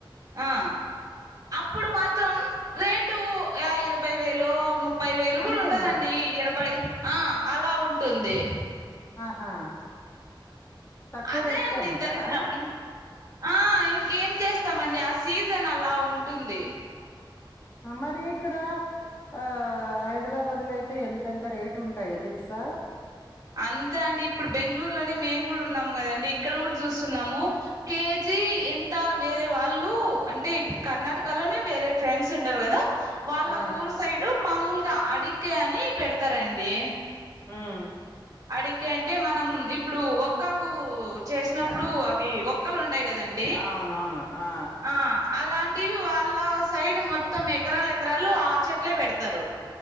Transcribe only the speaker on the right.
ఆ ఇప్పుడు మాత్రం రేటు ఇరవై వేలు ము ముప్పై వేలు
కూడా ఉండదండి ఇరవై ఆ అలా ఉంటుంది
అదే
అండి
దరిద్రం ఆ ఇంకేం చేస్తామండి ఆ సీజన్ అలా ఉంటుంది
అంతా అండి ఇప్పుడు బెంగళూరులోనే మేము కూడా ఉన్నాము కదండి ఇక్కడ కూడా చూస్తున్నాము కేజీ ఎంత వేరే వాళ్ళు అంటే కర్ణటకలోనే వేరే ఫ్రెండ్స్ ఉంటారు కదా వాళ్ళ
ఊరు సైడ్ మామూలుగా అడిక్క అని పెడతారండి
అడిక్కే అంటే మనం ఇప్పుడు ఒక్కాకు చేసినప్పుడు
అవి ఒక్కలు ఉంటాయి కదండి
ఆ అలాంటివి వాళ్ళ సైడ్ మొత్తం ఎకరాల ఎకరాలు ఆ చెట్లే పెడతారు